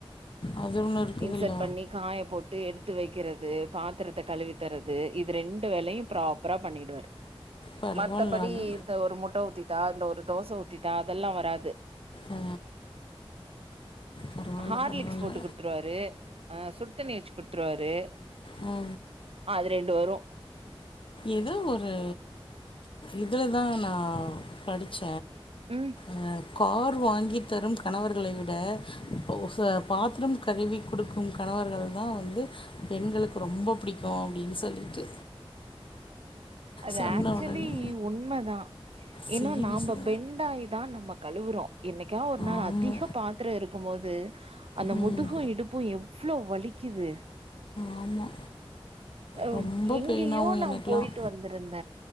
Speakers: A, on the left; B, on the right.
A: அது ஒண்ணு இருக்குதுல்ல
B: இன்சர்ட் பண்ணி காய போட்டு எடுத்து வைக்கிறது பாத்திரத்த கழுவி தரது இது ரெண்டு வேலையு ப்ராப்பரா பண்ணிடுவாரு
A: பரவாயில்ல
B: மத்தபடி
A: அது
B: இந்த ஒரு முட்ட ஊத்தித்தா இந்த ஒரு தோச ஊத் தித்தா அதெல்லா வராது
A: ஆ பரவாயில்ல
B: ஹார்லிக்ஸ்
A: பரவாயில்ல
B: போட்டு குடுத்துருவாரு அ சுடுத்தண்ணி வச்சு குடுத்துருவாரு
A: அ
B: அது ரெண்டு வரு
A: ஏதோ ஒரு இதுல தா நா படிச்ச
B: ம்
A: ஆ கார் வாங்கி தரும் கணவர்களை விட ப ஹ பாத்தரம் கழுவி குடுக்கு கணவர்கள் தா வந்து பெண்களுக்கு ரொம்ப பிடிக்கு அப்டின்னு சொல்லிட்டு
B: அது
A: சொன்ன
B: ஆக்சுவலி
A: உடனே
B: உண்மதா
A: சீரியஸா
B: ஏனா நாம்ப பெண்டாயி தா நம்ப கழுவுறோ என்னைக்கா ஒரு நாள்
A: ஆமா
B: அதிக பாத்திரோ இருக்கும் போது அந்த
A: ம்
B: முதுகு இடுப் பு எவ்ளோ வலிக்குது
A: ஆமா
B: அ
A: ரொம்ப
B: எங்கேயோ
A: பெயின் ஆகும்
B: நா
A: எனக்குலாம்
B: போயிட்டு வந் திருந்த